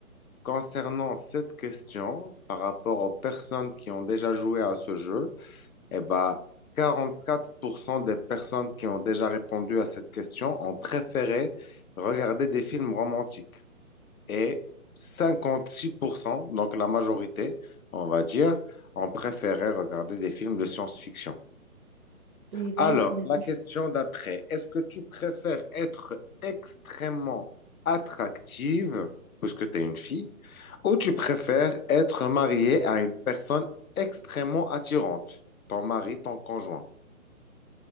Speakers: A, on the left; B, on the right.
A: concernant cette question par rapport aux personnes qui ont déjà joué à ce jeu, eh bah, 44% des personnes qui ont déjà répondu à cette question ont préféré regarder des films romantiques. Et 56%, donc la majorité, on va dire, ont préféré regarder des films de science-fiction.
B: et bah
A: Alors,
B: ils ont raison.
A: la question d'après, est-ce que tu préfères être extrêmement attractive, puisque tu es une fille, ou tu préfères être mariée à une personne extrêmement attirante, ton mari, ton conjoint?